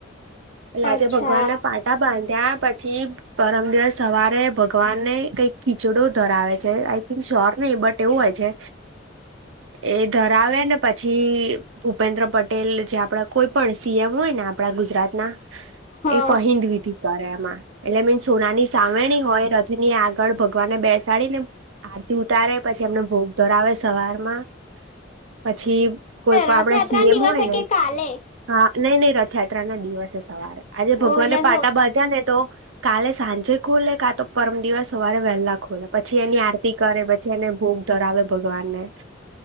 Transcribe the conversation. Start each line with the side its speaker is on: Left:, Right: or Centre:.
Right: એટલે આજે
Left: અચ્છા
Right: ભગવાનને પાટા બાંધ્યા પછી પરમ દિવસ સવારે ભગવાનને કંઈક ખીચડો ધરાવે છે આઈ થિંક શ્યોર નહીિ બટ એવું હોય છે, એ ધરાવે ને પછી ભૂપેન્દ્ર પટેલ જે આપડા કોઈ પણ સીએમ હોય ને આપડા ગુજરાતના.
Left: હ ક્યારે
Right: એ પહિંદ વિધિ કરે એમાં એટલે મીન સોનાની સાવરણી હોય રથની આગ ળ ભગવાનને બેસાડી ને આરતી ઉતારે પછી એમને ભોગ ધરાવે સવારમાં. પછી કોઈ પણ
Left: રથયાત્રા
Right: આપડા સી એમ
Left: ના દિવસે
Right: હોયને.
Left: કે કાલે
Right: હા નઈ નઈ રથયાત્રા ના દિવસે સવારે આજે ભગવાનને
Left: ઓ એટલે
Right: પાટાબાજ
Left: સો
Right: ને તો, કાલે સાંજે ખોલે કા તો પરમ દિવસ સવારે વહેલા ખોલે પછી એની આર કરે પછી એને ભોગ ધરાવે ભગવાનને.